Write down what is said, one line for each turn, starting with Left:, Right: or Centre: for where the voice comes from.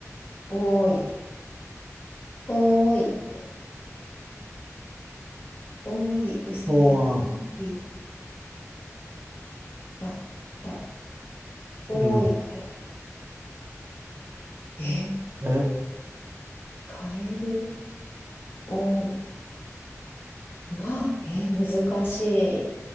Left: 多い、多い、多い、うさぎ、
Right: おー、
Left: 多い、バッタ、多い、
Right: うん。
Left: カエル。え
Right: え、
Left: カエル多い。うわ、えー難しい。